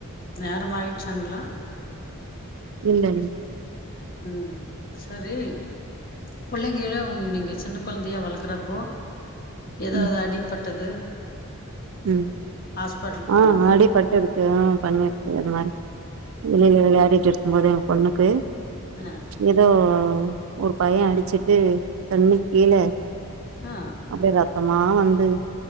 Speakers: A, on the left; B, on the right.
A: நேரம் ஆய்ட்ச்சாங்ளா
B: இல்ல இல்
A: ம் செரி புள்ளைங்கள உங் நீங்க சின்ன கொழந்தையா வளக்குறப்போ எதாது
B: ம்
A: அடிப்பட்டது
B: ம்
A: ஹாஸ்பிட்டல்
B: ஆ
A: போனது
B: அடிபட்டுருக் அ பண்ணீருக்கு அதுமாரி வெளில வெளயாடிட்டு இருக்கும்போது என்ங் பொண்ணுக்கு
A: என்னா
B: எதோ ஒரு பைய அடிச்சிட்டு கண்ணுக்கீழ
A: ஆ
B: அங்க ரத்தமா வந்தது